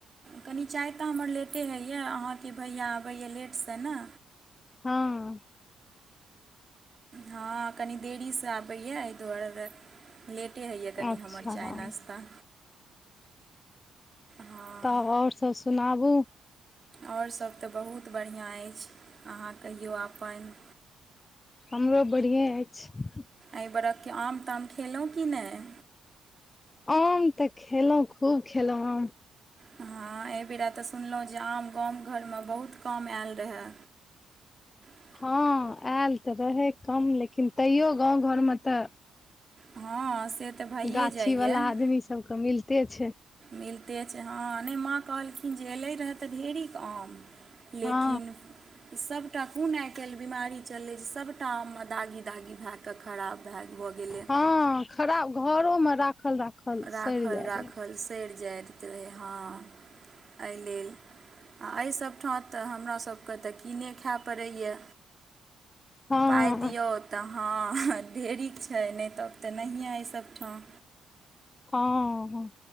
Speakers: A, on the right (about 35°); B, on the left (about 25°).
A: कनी चाय तऽ हमर लेटे होइएा अहाँके भैया अबैया लेटसँ ने।
B: हँ।
A: हँ कनी देरीसँ आबैए एहि दुआरे। लेटे होइए कनि
B: अच्छा
A: हमर चाय
B: हँ
A: नाश्ता। हँ
B: तऽ आओर सब सुनाबू।
A: आओर सभ तऽ बहुत बढ़िआँ अछि अहाँ कहियो अपन।
B: हमरो बढ़िेँक्षये अछि।
A: एहि बर्कके आम ताम खेलहुँ किी नहि।
B: आम तऽ खेलहुं खूब खेलौं आम।
A: हँ एहिबेर तऽ सुनलहुँ जे आम गाम घरमे बहुत काम आयल रहय। ?
B: हँ आयल तऽ रहै कम लेकिन तैयो गाँव घरमे तऽ।
A: हँ से। तऽ भइए
B: गाछी
A: जाइए
B: वाला आदमी सबके मिलते छै।
A: मिलते छै हँ नय माँ कहलखिन जे एलै रहए तऽ ढेरिक आम। लेकिन।
B: हँ
A: सबटा कुन आइ काल्हि बीमारी चललै जे सबटा आम मे दागी दागी भए के खराब भए भऽ गेलै।
B: हँ खराब घरो मे राखल राखल।
A: राखल
B: सड़ि जाइ
A: राखल
B: रहै
A: स। सरि जाइत रहै हँ अहि लेल एहि सब हँ तऽ हमरासकेँ तऽ कीने खै पड़ैए।
B: हँ
A: पाइ दियौ तऽ हँ ढेरिक छै नय तऽ तऽ नहिए अय सब ठाम।
B: हँ हँ।